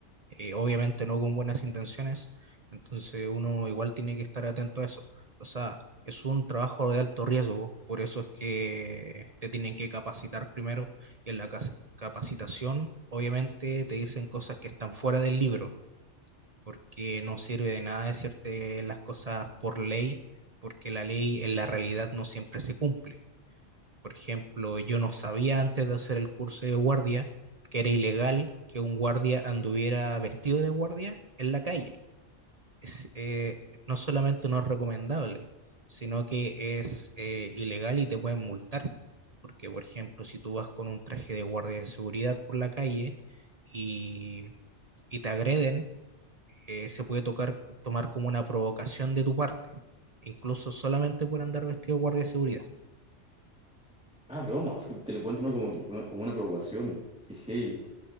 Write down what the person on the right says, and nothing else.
eh, obviamente no con buenas intenciones, entonces uno igual tiene que estar atento a eso. O sea, es un trabajo de alto riesgo, por eso es que te tienen que capacitar primero y en la cas- capacitación obviamente te dicen cosas que están fuera del libro porque no sirve de nada decirte las cosas por ley, porque la ley en la realidad no siempre se cumple. Por ejemplo, yo no sabía antes de hacer el curso de guardia que era ilegal que un guardia anduviera vestido de guardia en la calle. Es, eh, no solamente no es recomendable, sino que es eh, ilegal y te pueden multar. Porque, por ejemplo, si tú vas con un traje de guardia de seguridad por la calle y, y te agreden, eh, se puede tocar, tomar como una provocación de tu parte, incluso solamente por andar vestido de guardia de seguridad.